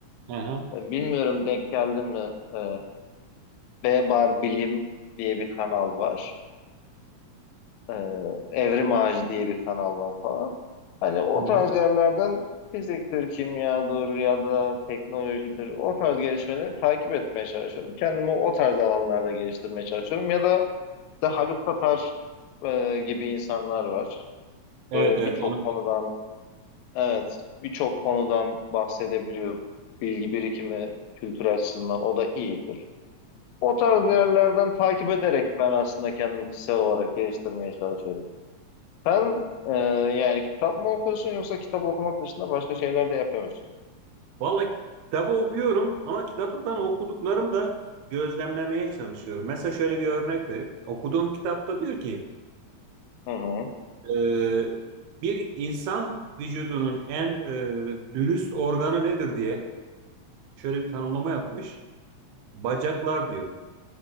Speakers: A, on the right (about 80°); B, on the left (about 80°).
A: aha.
B: E, Bilmiyorum denk geldin mi E, B Bar Bilim diye bir kanal var. Ee, Evrim Ağacı diye bir kanal var falan. Hani o
A: Hı hı.
B: tarz yerlerden fiziktir, kimyadır ya da teknolojidir o tarz gelişmeleri takip etmeye çalışıyorum. Kendimi o tarz alanlarda geliştirmeye çalışıyorum. Ya da işte Haluk Tatar e, gibi insanlar var.
A: Evet
B: Böyle
A: evet
B: birçok
A: onu.
B: konudan evet birçok konudan bahsedebiliyor. Bilgi birikimi kültür açısından o da iyidir. O tarz yerlerden takip ederek ben aslında kendimi kişisel olarak geliştirmeye çalışıyorum. Sen e, yani kitap mı okuyorsun yoksa kitap okumak dışında başka şeyler de yapıyor musun?
A: Vallahi kitabı okuyorum ama kitaptan okuduklarımı da gözlemlemeye çalışıyorum. Mesela şöyle bir örnek vereyim. Okuduğum kitapta diyor ki
B: Hı hı.
A: e, bir insan vücudunun en e, dürüst organı nedir diye şöyle bir tanımlama yapmış. Bacaklar diyor.